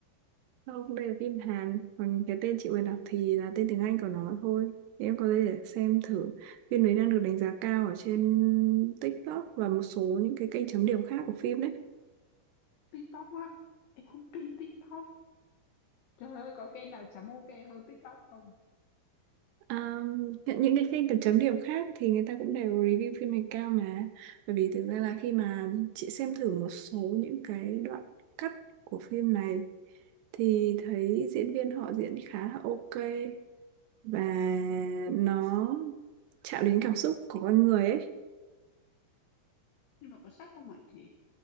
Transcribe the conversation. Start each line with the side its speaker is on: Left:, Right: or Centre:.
Right: Không, đây là phim Hàn, còn cái tên chị vừa đọc thì là tên tiếng Anh của nó thôi. Thì em có thể để xem thử. Phim đấy đang được đánh giá cao ở trên TikTok và một số những cái kênh chấm điểm khác của phim đấy.
Left: TikTok á em không tin TikTok trời ơi có kênh nào chấm ok hơn TikTok không
Right: À, những những cái kênh chấm chấm điểm khác thì người ta cũng đều review phim này cao mà. Bởi vì thực ra là khi mà chị xem thử một số những cái đoạn cắt của phim này thì thấy diễn viên họ diễn khá là ok và nó chạm đến cảm xúc của con người ấy
Left: nhưng mà có sắp không ạ chị